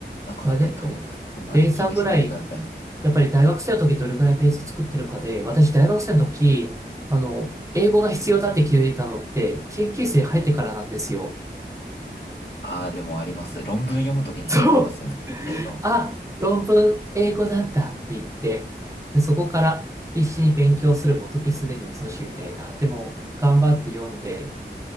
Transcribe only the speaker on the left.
そんなことないと思います。
そんな、
卑下しないでください。
ああ、でもあります。論文読むときに必要になりますよね。
英語。